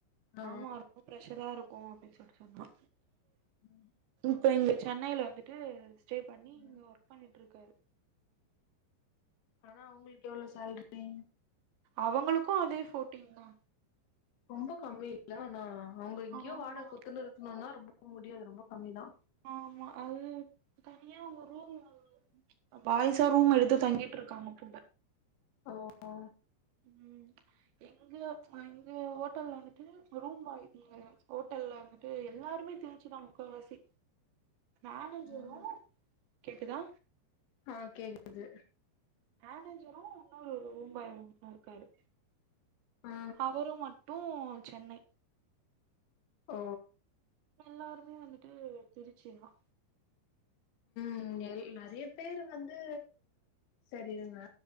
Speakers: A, on the left (about 85°); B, on the right (about 75°).
A: ஆ
B: ஆமா இருக்கு ப்ரெஷ்ஷரா இருக்கு அப்டின் சொல்ட்டு சொன்னா
A: ம்
B: இப்ப இங்க சென்னைல வந்துட்டு ஸ்டே பண்ணி இங்க
A: ம்
B: ஒர்க் பண்ணிட்ருக்காரு
A: ஆனா அவுங்குளுக்கு எவ்ளோ சேல்ரி
B: அவங்களுக்கு அதே ஃபோட்டின்தா
A: ரொம்ப கம்மி இல்ல ஆனா அவுங்க இங்கயே
B: ஆமா
A: வாடக குத்துனு இருக்கணுனா ரொம்ப முடியாது ரொம்ப கம்மிதா
B: ஆமா அது தனியா அவுங்க ரூம்மு பாய்சா ரூம் எடுத்து தங்கிட்ருக்காங்க போல
A: ஓ ஓ
B: ம் இங்க இங்க ஹோட்டல்ல வந்துட்டு ரூம் வா நீங்க எத் ஹோட்டல்ல வந்துட்டு எல்லாருமே சிதா முக்காவாசி நானு ஜீவு
A: ம்
B: கேக்குதா
A: ஆ கேக்குது
B: மேனேஜரு இன்னொரு ஒரு ரூம் பாய் ஒன்னு இருக்காரு
A: ஆ
B: அவரு மட்டு சென்னை
A: ஓ
B: எல்லாருமே வந்துட்டு திருச்சி தா
A: ம் நெல் நறிய பேரு வந்து செரி இருங்க